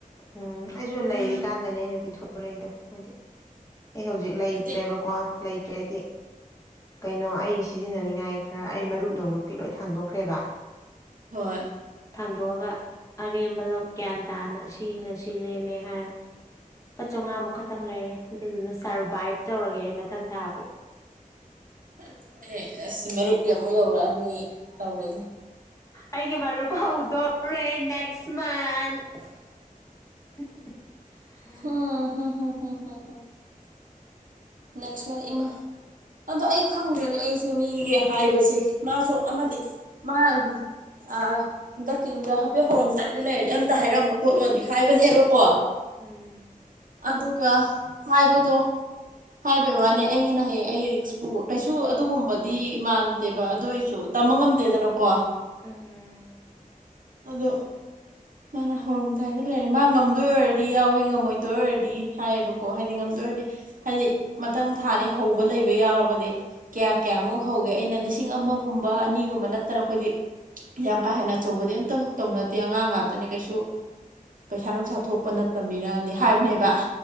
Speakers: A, on the left; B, on the right.
A: ꯎꯝ ꯑꯩꯁꯨ ꯂꯩꯔꯤꯀꯥꯟꯗꯅꯦ ꯑꯩꯅ ꯄꯤꯊꯣꯔꯛꯏꯗꯣ ꯍꯥꯏꯗꯤ ꯑꯩ ꯍꯧꯖꯤꯛ ꯂꯩꯇ꯭ꯔꯦꯕꯀꯣ
B: ꯍꯥꯏꯗꯤ
A: ꯂꯩꯇ꯭ꯔꯦꯗꯤ ꯀꯩꯅꯣ ꯑꯩ ꯁꯤꯖꯤꯟꯅꯅꯤꯡꯉꯥꯏ ꯈꯔ ꯑꯩ ꯃꯔꯨꯞ ꯅꯨꯡꯂꯨꯞꯀꯤ ꯂꯣꯏ ꯊꯥꯡꯗꯣꯛꯈ꯭ꯔꯦꯕ
B: ꯍꯣꯏ
A: ꯊꯥꯡꯗꯣꯛꯑꯒ ꯑꯔꯦꯝꯕꯗꯣ ꯒ꯭ꯌꯥꯟ ꯇꯥꯅ ꯁꯤꯅ ꯁꯤ ꯂꯦꯝꯃꯦ ꯍꯥꯏꯔ ꯂꯨꯄꯥ ꯆꯝꯉꯥꯃꯨꯛ ꯈꯛꯇꯪ ꯂꯩꯔꯦ ꯑꯗꯨꯗꯨꯅ ꯁꯔꯚꯏꯞ ꯇꯧꯔꯒꯦ ꯑꯩ ꯃꯊꯪ ꯊꯥꯕꯨ
B: ꯑꯗꯨ ꯑꯁ ꯃꯔꯨꯞꯀꯤ ꯑꯃꯨꯛ ꯌꯧꯔꯛꯑꯅꯤ ꯇꯧꯔꯦ
A: ꯑꯩꯒꯤ ꯃꯔꯨꯞ ꯐꯥꯎꯗꯧꯔꯦ ꯅꯦꯛꯁ ꯃꯟꯇ <inaudible> ꯎꯝ
B: ꯍꯝ ꯍꯝ ꯅꯦꯛꯁ ꯃꯟ ꯏꯃꯥ ꯑꯗꯣ ꯑꯩ ꯈꯪꯗꯦꯅꯦ ꯑꯩꯁꯦ ꯃꯤꯒꯤ ꯍꯥꯏꯕꯁꯦ ꯃꯥꯁꯨ ꯑꯃꯗꯤ ꯃꯥ ꯑꯥ ꯍꯟꯗꯛꯀꯤꯤꯡꯗ ꯍꯥꯏꯐꯦꯠ ꯍꯧꯔꯝꯗꯥꯏꯗ ꯂꯩꯔꯗꯤ ꯑꯝꯇ ꯍꯥꯏꯔꯝꯃꯣ ꯈꯣꯠꯂꯣꯗꯤ ꯍꯥꯏꯕꯅꯦꯕꯀꯣ
A: ꯎꯝ
B: ꯑꯗꯨꯒ ꯍꯥꯏꯕꯗꯣ ꯍꯥꯏꯕꯩ ꯋꯥꯅꯤ ꯑꯩꯩꯅ ꯍꯌꯦꯡ ꯑꯩ ꯔꯤꯛꯁꯄꯨ ꯀꯩꯁꯨ ꯑꯗꯨꯒꯨꯝꯕꯗꯤ ꯃꯥꯟꯗꯦꯕ ꯑꯗꯣꯏꯁꯨ ꯇꯝꯕ ꯉꯝꯗꯦꯗꯅꯀꯣ
A: ꯎꯝ
B: ꯑꯗꯣ ꯃꯥꯅ ꯍꯧꯔꯝꯗꯥꯏꯗ ꯂꯩꯔꯦ ꯃꯥ ꯉꯝꯗꯣꯏ ꯑꯣꯏꯔꯗꯤ ꯌꯥꯎꯒꯦ ꯉꯝꯃꯣꯏꯗꯣꯏ ꯑꯣꯏꯔꯗꯤ ꯍꯥꯏꯌꯦꯕꯀꯣ ꯍꯥꯏꯗꯤ ꯉꯝꯗꯣꯏꯔꯗꯤ ꯍꯥꯏꯗꯤ ꯃꯊꯪ ꯊꯥꯅꯤ ꯍꯧꯕ ꯂꯩꯕ ꯌꯥꯎꯔꯒꯗꯤ ꯀꯌꯥ
A: ꯎꯝ
B: ꯀꯌꯥꯃꯨꯛ ꯍꯧꯒꯦ ꯑꯩꯅ ꯂꯤꯁꯤꯡ ꯑꯃ ꯒꯨꯝꯕ ꯑꯅꯤꯒꯨꯝꯕ ꯅꯠꯇꯅ ꯑꯩꯈꯣꯏꯗꯤ ꯌꯥꯝ ꯀꯥ ꯍꯦꯟꯅ ꯑꯆꯧꯕꯗꯤ ꯑꯝꯇ ꯇꯧꯅꯗꯦ ꯑꯉꯥꯡ ꯉꯥꯛꯇ ꯉꯇꯅꯦ ꯀꯩꯁꯨ ꯄꯩꯁꯥ ꯅꯨꯡꯁꯥ ꯊꯣꯛꯄ ꯅꯠꯇꯕꯅꯤꯅꯗꯤ ꯍꯥꯏꯕꯅꯦꯕ